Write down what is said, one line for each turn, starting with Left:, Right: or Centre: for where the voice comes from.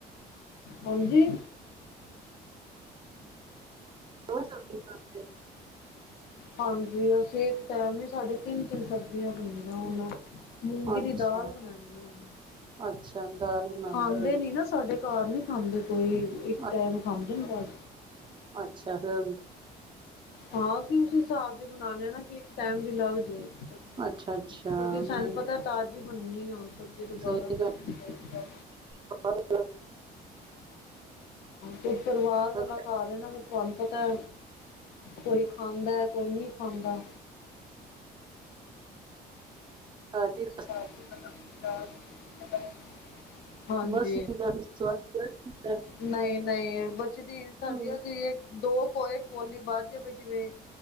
Left: ਹਾਂਜੀ।
Right: ਸ।
Left: ਹਾਂਜੀ ਅਸੀਂ ਇੱਕ ਟਾਈਮ ਹੀ ਸਾਡੇ ਤਿੰਨ ਤਿੰਨ ਸਬਜ਼ੀਆਂ ਬੰਦਿਆਂ ਹੁਣ। ਮੂੰਗੀ
Right: ਹੋ ਅੱਛਾ
Left: ਦੀ ਦਾਲ ਬਣਾਈ ਆ ਉਹ
Right: ਅੱਛਾ ਦਾਲ ਬਣਾਈ
Left: ਖਾਂਦੇ
Right: ਫਿਰ
Left: ਨੀ ਨਾ। ਸਾਡੇ ਘਰ ਨੀ ਖਾਂਦੇ ਕੋਈ ਇੱਕ
Right: ਅ-
Left: ਟਾਈਮ ਖਾਂਦੇ ਨੇ ਬਸ।
Right: ਅੱਛਾ ਹ।
Left: ਹਾਂ ਅਸੀਂ ਉਸ ਹਿਸਾਬ ਦੇ ਬਨਾਨੇ ਹਾਂ ਨਾ ਕਿ ਇੱਕ ਟਾਈਮ ਦੀ ਲੱਗ ਜੇ। ਕਿਉਂਕਿ
Right: ਅੱਛਾ ਅੱਛਾ
Left: ਸਾਨੂੰ
Right: ਮੈਂ
Left: ਪਤਾ। ਤਾਜ਼ੀ ਬਣਨੀ ਆ ਹੁਣ ਸਬਜ਼ੀ ਦੁਬਾਰਾ।
Right: ਸਹੀ ਗੱਲ
Left: ਹਾਂ
Right: ਹੈ।
Left: ਤੇ ਪਰਿਵਾਰ ਵਾਲਾ
Right: ਬਸ
Left: ਕਾਰ ਨਾ ਫ ਤੁਹਾਨੂੰ ਪਤਾ। ਕੋਈ ਖਾਂਦਾ ਕੋਈ ਨਹੀਂ ਖਾਂਦਾ।
Right: ਹਾਂਜੀ।
Left: ਹ। ਹਾਂਜੀ।
Right: ਬਸ ਇਹਦਾ ਫਿਰ ਸਵਾਦ ਲੱਗਦਾ ਹੈ।
Left: ਨਹੀਂ ਨਹੀਂ ਬਚਦੀ ਸਾਡੀਆਂ
Right: ਹਮ,
Left: ਸੀ। ਦੋ ਕੋ ਏਕ <unintelligible> ਕੋਲੀ ਵੱਧ ਜਾਵੇ ਜਿਵੇਂ